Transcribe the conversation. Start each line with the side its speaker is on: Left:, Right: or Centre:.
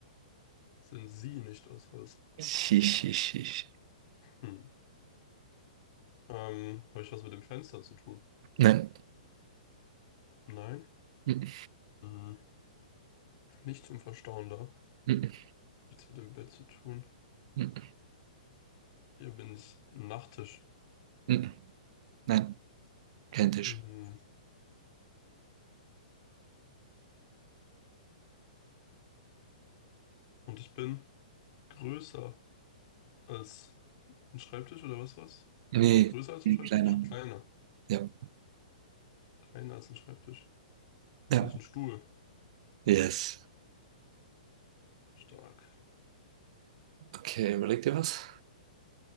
Left: Sind Sie nicht aus Holz?
Right: Schisch, schisch, schisch.
Left: Hm. Ähm, habe ich was mit dem Fenster zu tun?
Right: Nein.
Left: Nein.
Right: Mm,
Left: Hm, nicht zum Verstauen da.
Right: mm, mm,
Left: Nichts mit dem Bett zu tun.
Right: mm.
Left: Hier bin ich ein Nachttisch.
Right: mm, mm. Nein, kein Tisch.
Left: Hm. Und ich bin größer als ein Schreibtisch oder was was?
Right: Nee,
Left: Bin ich größer als
Right: ein
Left: ein Schreibtisch?
Right: kleiner.
Left: Kleiner.
Right: Ja.
Left: Kleiner als ein Schreibtisch.
Right: Ja.
Left: Bin ich ein Stuhl?
Right: Yes.
Left: Stark.
Right: Okay, überleg dir was.